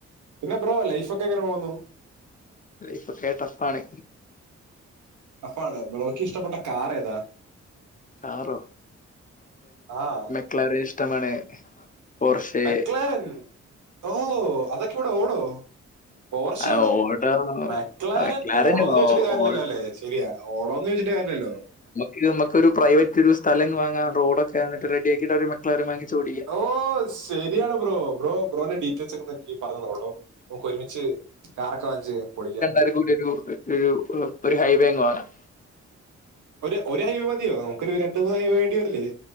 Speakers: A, on the right (about 75°); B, on the left (about 25°).
A: പിന്നെ ബ്രോ ലൈഫൊക്കെ എങ്ങനെ പോകുന്നു
B: ലൈഫൊക്കെ ടഫാണ്
A: ടഫാണ് ബ്രോക്കി ഷ്ടപ്പെട്ട കാർ ഏതാ
B: കാറോ
A: ആഹ്
B: ക്ളറ് ഇഷ്ടമാണ് പോർഷേ
A: മെക്ലാരൻ ഓ അതൊക്കെ ഇവിട ഓടോ പോർഷ
B: ആ
A: ഓടും
B: ഓട
A: മെക്ളാരൻ
B: മെക്ലാരൻ
A: ഓടുമോന്ന്
B: ഓ
A: ചോദിച്ചിട്ട് കാര്യല്ലല്ലോ
B: ഓ
A: അല്ലെ ശെരിയാ ഓടോന്ന് ചോച്ചിട്ട് കാര്യല്ലല്ലോ
B: ഇത് നമക്കൊരു പ്രൈവറ്റ് ഒരു സ്ഥലം വാങ്ങാം റോഡൊക്കെ എന്നിട്ട് റെഡി ആക്കിട്ട് അവിടൊരു മക്കളാര വാങ്ങിച്ച് ഓടിക്കാം
A: ഓ ശരിയാണ് ബ്രോ ബ്രോ ബ്രോന്റെ ഡീറ്റെയിൽസ് ഒക്കെ എനിക്ക് പറഞ്ഞന്നളൂട്ടോ നമുക്ക് ഒരുമിച്ച് കാറൊക്കെ വാങ്ങിച്ച് പൊളിക്കാം.
B: എനക്കൊരു ഡൂക്ക് ഒരു ഒരു ഹൈവേങ്ങ് വാങ്ങാം.
A: ഒരു ഒരു ഹൈവേ മതിയോ നമുക്കൊരു ഒരു രണ്ട് മൂന്ന് ഹൈവേ വേണ്ടി വരല്ലേ